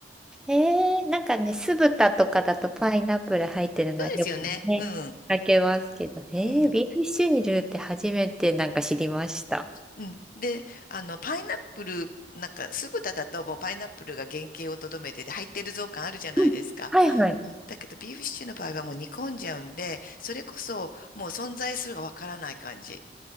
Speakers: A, in the centre; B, on the left.
A: えー、なんかね、酢豚とかだとパイナップル入ってるのはよくね、
B: そうですよね。うん、
A: 見かけますけど、えー、
B: うん、
A: ビーフシチューに入れるって初めてなんか知りました。
B: うん。で、あの、パイナップル、なんか酢豚だともうパイナップルが原型をとどめてて入ってるぞ感あるじゃないですか。
A: うんはいはい。
B: うん、だけどビーフシチューの場合はもう煮込んじゃうんで、それこそもう存在するがわからない感じ。